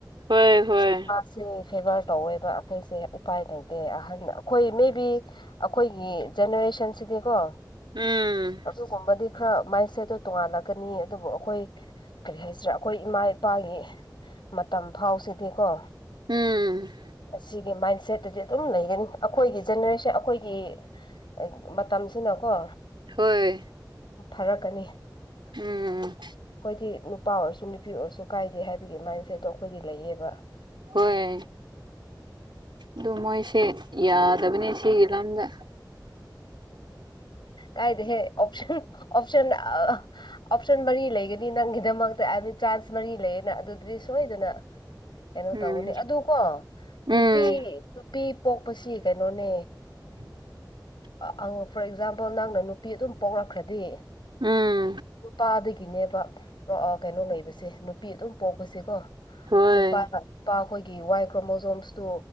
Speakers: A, on the right; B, on the left.
A: ꯍꯣꯏ ꯍꯣꯏ
B: ꯃꯥꯁꯦ ꯐꯦꯚꯔ ꯇꯧꯋꯦꯕ ꯑꯩꯈꯣꯏꯁꯦ ꯎꯄꯥꯏ ꯂꯩꯇꯦ ꯑꯍꯜ ꯑꯩꯈꯣꯏ ꯃꯦꯕꯤ ꯑꯩꯈꯣꯏꯒꯤ ꯖꯦꯅꯦꯔꯦꯁꯟꯁꯤꯗꯤꯀꯣ
A: ꯎꯝ
B: ꯑꯗꯨꯒꯨꯝꯕꯗꯤ ꯈꯔ ꯃꯥꯏꯟ ꯁꯦꯠꯇꯣ ꯇꯣꯡꯉꯥꯜꯂꯛꯀꯅꯤ ꯑꯗꯨꯕꯨ ꯑꯩꯈꯣꯏ ꯀꯔꯤ ꯍꯥꯏꯁꯤꯔꯥ ꯑꯩꯈꯣꯏ ꯏꯃꯥ ꯏꯄꯥꯒꯤ ꯃꯇꯝ ꯐꯥꯎꯁꯤꯗꯤꯀꯣ
A: ꯎꯝ
B: ꯑꯁꯤꯒꯤ ꯃꯥꯏꯟ ꯁꯦꯠꯇꯨꯗꯤ ꯑꯗꯨꯝ ꯂꯩꯒꯅꯤ ꯑꯩꯈꯣꯏꯒꯤ ꯖꯦꯅꯦꯔꯦꯁꯟ ꯑꯩꯈꯣꯏꯒꯤ <unintelligible> ꯇꯝꯁꯤꯅꯣꯀꯣ
A: ꯍꯣꯏ
B: ꯐꯔꯛꯀꯅꯤ
A: ꯎꯝ
B: ꯑꯩꯈꯣꯏꯗꯤ ꯅꯨꯄꯥ ꯑꯣꯏꯔꯁꯨ ꯅꯨꯄꯤ ꯑꯣꯏꯔꯁꯨ ꯀꯥꯏꯗꯦ ꯍꯥꯏꯕꯒꯤ ꯃꯥꯏꯟꯁꯦꯠꯇꯣ ꯑꯩꯈꯣꯏꯗꯤ ꯂꯩꯌꯦꯕ
A: ꯍꯣꯏ ꯑꯗꯨ ꯃꯣꯏꯁꯦ ꯌꯥꯗꯕꯅꯤ ꯁꯤꯒꯤ ꯂꯝꯗ
B: ꯀꯥꯏꯗ ꯍꯦ ꯑꯣꯞꯁꯟ ꯑꯣꯞꯁꯟ <unintelligible> ꯑꯣꯞꯁꯟ ꯃꯔꯤ ꯂꯩꯒꯅꯤ ꯅꯪꯒꯤꯗꯃꯛꯇ <unintelligible> ꯃꯔꯤ ꯂꯩꯌꯦꯅ ꯑꯗꯨꯗꯗꯤ ꯁꯣꯏꯗꯅ ꯀꯩꯅꯣ
A: ꯎꯝ
B: ꯇꯧꯒꯅꯤ ꯑꯗꯨ ꯀꯣ
A: ꯎꯝ
B: ꯅꯨꯄꯤ ꯅꯨꯄꯤ ꯄꯣꯛꯄꯁꯤ ꯀꯩꯅꯣꯅꯦ
A: <inaudible>
B: ꯑꯪ ꯐꯣꯔ ꯑꯦꯛꯖꯥꯝꯄꯜ ꯅꯪꯅ ꯅꯨꯄꯤ ꯑꯗꯨꯝ ꯄꯣꯛꯂꯛꯈ꯭ꯔꯗꯤ
A: ꯎꯝ
B: ꯄꯥꯗꯒꯤꯅꯦꯕ ꯀꯩꯅꯣ ꯂꯩꯕꯁꯦ ꯅꯨꯄꯤ ꯑꯗꯨꯝ ꯄꯣꯛꯄꯁꯦꯀꯣ
A: ꯍꯣꯏ
B: ꯅꯨꯄꯥ ꯄꯥꯈꯣꯏꯒꯤ ꯋꯥꯏ ꯀ꯭ꯔꯣꯃꯣꯖꯣꯝꯁꯇꯨ